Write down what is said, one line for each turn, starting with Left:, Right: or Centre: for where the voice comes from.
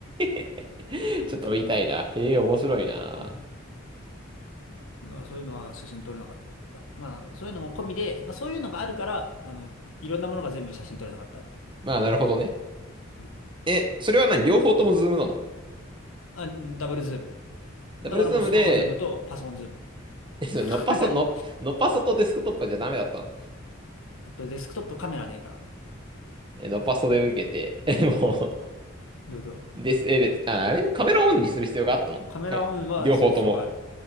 Right: へへへちょっと言いたいな。
Left: そうそういうのと。
Right: へえ、面白いな。
Left: うん。だからそういうのは写真撮れなかった。まあ、そういうのも込みで、まあそういうのがあるから、あの、いろんなものが全部写真撮れなかったってい
Right: まあなるほどね。
Left: う。うん。
Right: え、それは何両方ともズームなの
Left: あ、うんダブルズーム。
Right: ダブルズームで、
Left: だからもうスマホズームとパソコンズーム。
Right: えそれのっぱそ、
Left: <laughs>
Right: の、のっぱそとデスクトップじゃダメだったの
Left: あとデスクトップカメラねえから。
Right: ノパソで受けて、<laughs> え、も
Left: どういうこ
Right: う、です、え、別、あ、あれ、カメラオンにする必要があったのかい、
Left: とカメラオンはする必要がある。
Right: 両方とも。